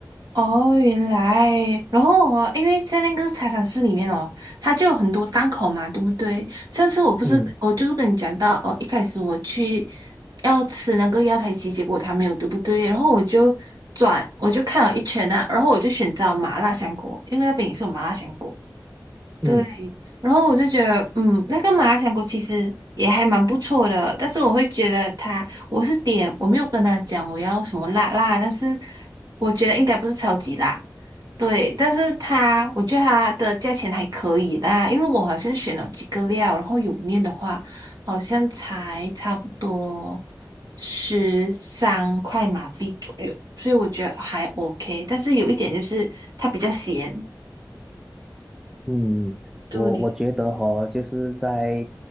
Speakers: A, on the right (about 60°); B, in the centre.
A: 哦，原来，然后我因为在那个茶餐室里面哦，它就有很多档口嘛，对不对？上次我不是我就是跟你讲到哦，
B: 嗯
A: 一开始我去要吃那个药材鸡，结果它没有，对不对？然后我就转，我就看了一圈啊，然后我就选择麻辣香锅，因为那边也是有麻辣香锅。对，
B: 嗯，
A: 然后我就觉得，嗯，那个麻辣香锅其实也还蛮不错的，但是我会觉得它，我是点，我没有跟他讲我要什么辣辣，但是我觉得应该不是超级辣，对，但是它，我觉得它的价钱还可以啦，因为我好像选了几个料，然后有面的话，好像才差不多十三块马币左右，所以我觉得还 OK，但是有一点就是它比较咸，
B: 嗯，
A: 对。
B: 我我觉得哈，就是在